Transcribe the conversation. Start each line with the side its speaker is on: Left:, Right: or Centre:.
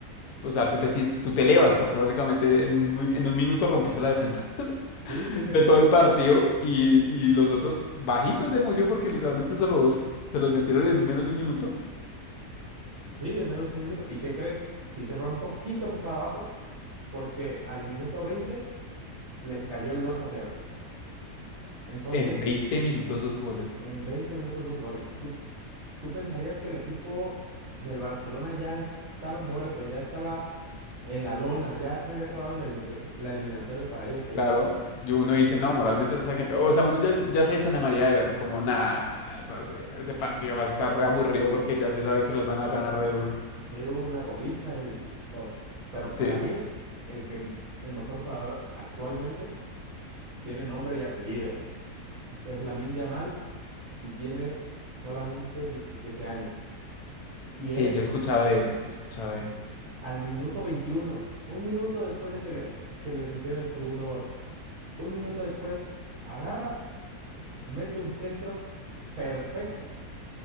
Left: o sea, tú te, sien- tú te elevas porque básicamente en, un mi- en un minuto rompiste la defensa <laughs>
Right: Sí, sí, en
Left: de
Right: un
Left: todo
Right: minuto.
Left: el partido y, y los otros bajitos de emoción porque literalmente se los, se los metieron en menos de un minuto.
Right: Sí, en menos de un minuto. ¿Y qué crees? Si se fue un poquito para abajo, porque al minuto 20 les cayó el dos a cero Entonces,
Left: En 20 minutos, dos goles.
Right: En 20 minutos, dos goles. ¿Tú, tú pensarías que el equipo del Barcelona ya estaba muerto, ya estaba en la lona, ya se había acabado la, elimita- la eliminatoria para ellos ahí?
Left: Claro, yo uno dice, no, moralmente esa gente, o sea, uno ya, ya se desanamaría de ver como, nada, no sé, ese partido va a estar re aburrido porque ya se sabe que los van a ganar re duro.
Right: Sí, hubo una goliza y, y todo. Pero para
Left: Sí,
Right: mí, el que el mejor jugador actualmente tiene nombre y apellido. Es Lamine Yamal y tiene solamente 17 años. Y
Left: sí,
Right: él
Left: yo he escuchado de él, yo he escuchado de él.
Right: al minuto 21, un minuto después de que, le- que les metieron el segundo gol. Un minuto después, agarra, mete un centro perfecto